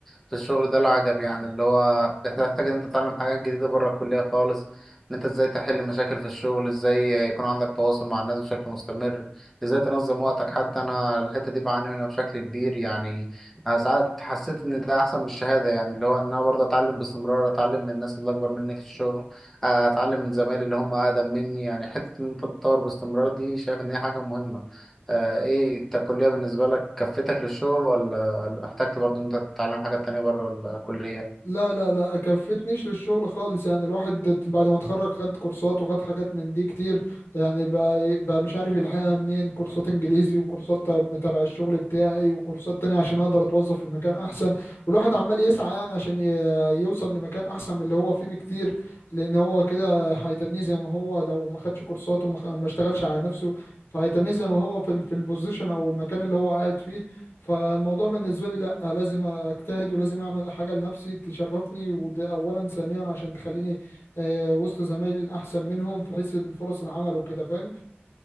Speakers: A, in the centre; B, on the left (about 75°).
A: في الشغل ده العجب يعني اللي هو تحتاج ان انت تتعلم حاجات جديدة بره الكلية خالص ان انت ازاي تحل مشاكل في الشغل ازاي يكون عندك تواصل مع الناس بشكل مستمر ازاي تنظم وقتك حتى انا الحتة دي بعاني منها بشكل كبير يعني أنا ساعات حسيت ان ده احسن من الشهادة يعني اللي هو ان انا برضه اتعلم باستمرار اتعلم من الناس اللي اكبر مني في الشغل اتعلم من زمايلي اللي هم اقدم مني يعني حته ان انت تتطور باستمرار دي شايف ان هي حاجه مهمه آه، ايه أنت الكليه بالنسبه لك كفتك للشغل ولا ولا احتجت برضو ان انت تتعلم حاجات تانية بره الكليه
B: لا لا لا كفتنيش للشغل خالص يعني الواحد بعد ما اتخرج خد كورسات وخد حاجات من دي كتير يعني بقى, بقى مش عارف يلحقها منين كورسات انجليزي وكورسات تب- تبع الشغل بتاعي وكورسات تانية عشان اقدر اتوظف في مكان احسن والواحد عمال يسعى يعني عشان ي- يوصل لمكان احسن من اللي هو فيه بكتير لان هو كده هيتنيه زي ما هو لو ما خدش كورسات وما خ- ما اشتغلش على نفسه فهيتنيه زي ما هو في ال- في البوزيشن او المكان اللي هو قاعد فيه فالموضوع بالنسبة لي لأ لازم أجتهد ولازم أعمل حاجة لنفسي تشرفني وده أولا ثانيا عشان تخليني آه، وسط زمايلي الأحسن منهم في حيث الفرص العمل وكده فاهم